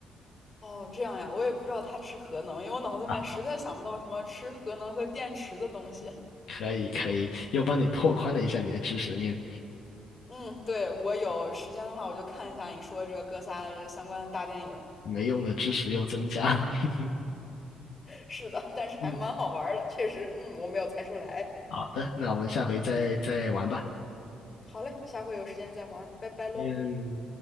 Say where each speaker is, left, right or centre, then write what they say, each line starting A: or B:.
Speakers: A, on the left; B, on the left.
A: 哦，这样呀，我也不知道它吃核能，因为我脑子里面实在想不到什么吃核能和电池的东西。
B: 啊，可以可以，又帮你拓宽了一下你的知识面，
A: 嗯，对，我有时间的话，我就看一下你说这个哥斯拉的这相关的大电影儿
B: 没用的知识又增加了。<laughs>
A: <laughs> 是的，但是还蛮好玩儿的，
B: 嗯，
A: 确实，嗯，我没有猜出来。
B: 好的，那我们下回再再玩吧。
A: 好嘞，下回有时间再玩儿拜拜喽。
B: 嗯，